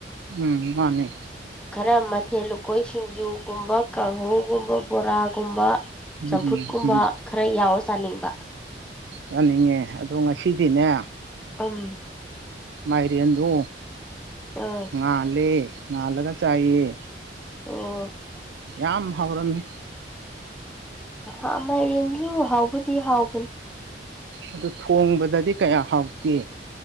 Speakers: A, on the right (about 75°); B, in the centre.
A: ꯎꯝ ꯃꯥꯅꯦ
B: ꯈꯔ ꯃꯊꯦꯜ ꯂꯨꯀꯣꯏ ꯁꯤꯡꯖꯨꯒꯨꯝꯕ ꯀꯥꯡꯍꯧꯒꯨꯝꯕ ꯕꯣꯔꯥꯒꯨꯝꯕ
A: ꯎꯝ
B: ꯆꯝꯐꯨꯠ ꯀꯨꯝꯕ
A: ꯎꯝ
B: ꯈꯔ ꯌꯥꯎꯔ ꯆꯥꯅꯤꯡꯕ
A: ꯌꯥꯅꯤꯡꯉꯦ ꯑꯗꯣ ꯉꯁꯤꯗꯤꯅꯦ
B: ꯎꯝ
A: ꯃꯥꯏꯔꯦꯟꯗ
B: ꯑ
A: ꯉꯥꯜꯂꯦ ꯉꯥꯜꯂꯒ ꯆꯥꯏꯑ
B: ꯑꯣ
A: ꯌꯥꯝ ꯍꯧꯥꯎꯔꯝꯃꯤ
B: ꯑꯣ ꯃꯥꯏꯔꯦꯟꯁꯨ ꯍꯥꯎꯕꯗꯤ ꯍꯥꯎꯕꯅꯤ
A: ꯑꯗꯨ ꯊꯣꯡꯕꯗꯗꯤ ꯀꯌꯥ ꯍꯥꯎꯇꯦ